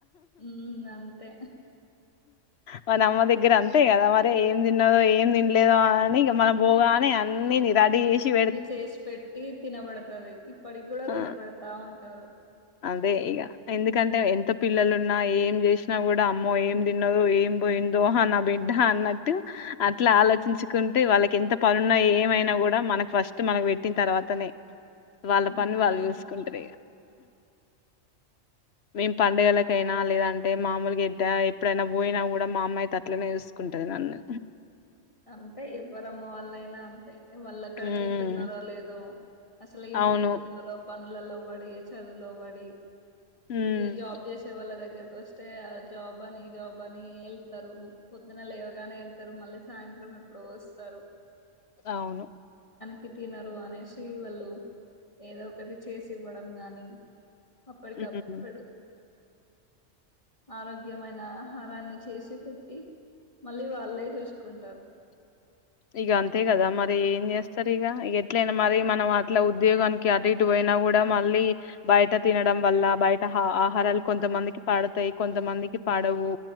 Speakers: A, on the left; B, on the left.
A: ఉ అంతే
B: వా నమ్ దగ్గర అంతే కదా మరి ఏం తిన్నదో ఏం తినలేదో అని ఇక మన పోగానే అన్ని రెడీ చేసి
A: అన్ని చేసి పెట్టి తినబడుతది ఇప్పటికి కూడా
B: ఆ
A: తినబడతా ఉంటారు
B: అదే ఇక ఎందుకంటే ఎంత పిల్లలున్నా ఏం చేసినా కూడా అమ్మో ఏం తినదో, ఏం పోయిందో నా బిడ్డ అన్నట్టు, అట్లా ఆలోచించుకుంటే వాళ్ళకి ఎంత పనున్నా ఏమైనా కూడా మనకు ఫస్ట్ మనకు పెట్టిన తర్వాతనే
A: ఉమ్
B: పని వాళ్ళు
A: అవును
B: చూసుకుంటారు ఇగ మేం పండుగలకైనా లేదంటే మామూలుగా ఎద్ద ఎప్పుడైనా పోయినా కూడా, మా అమ్మా అయితే అట్లే చూసుకుంటది నన్ను
A: అంతే ఎవ్వరమ్మ వాళ్ నా అంతే వాళ్ళు అక్కడ
B: ఉమ్
A: తింటున్నారో లేదో అసలు ఏం
B: అవును
A: తింటున్నార పనులలో బడి ఏ చదులోబడి
B: ఉమ్
A: ఇ జాబ్ జెసే వాళ్ల దగ్గర ఎక వస్తే ఆ జాబ్ అని ఇ జాబ్ అని ఎళ్తారు, పొద్దున లే ఎవగానే వెళ్తారు మళ్ళీ సాయంత్రం ఎప్పుడు వస్తారు
B: అవును
A: కి తినరు అనేసి వాళ్ళు ఏదో ఒకటి చేసి ఇవ్వడం గాని అప్పటికిప్పుడు
B: ఉమ్
A: ఆరోగ్ ఎమైన ఆహారాన్ని చేసి పెట్టి మళ్ళీ వాళ్ళే చూస్ కుంటారు
B: ఇగ అంతే కదా మరి ఏం చేస్తారు ఇగ ఎట్లయినా మరి మనం అట్లా ఉద్యోగానికి అటు ఇటు పోయినా కూడా మళ్ళీ బయట తినడం వల్ల బయట హ ఆహారాలు కొంతమందికి పడతాయి కొంతమందికి పడవు.